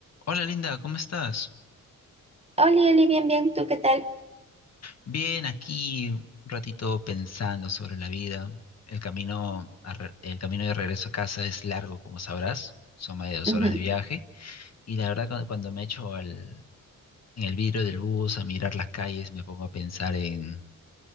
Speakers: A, on the left; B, on the right.
A: Hola Linda, ¿cómo estás?
B: Oli, Oli, bien, bien, ¿tú qué tal?
A: Bien, aquí un ratito pensando sobre la vida. El camino, a re- el camino de regreso a casa es largo, como sabrás. Son más de dos
B: Ujú.
A: horas de viaje. Y la verdad, cuando, cuando me echo al, en el vidrio del bus a mirar las calles, me pongo a pensar en,